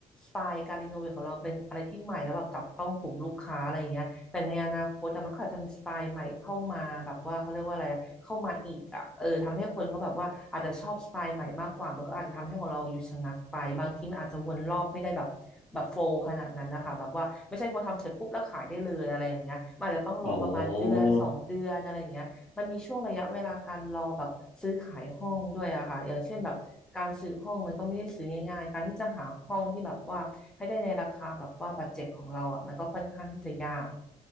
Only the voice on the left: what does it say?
อ๋อ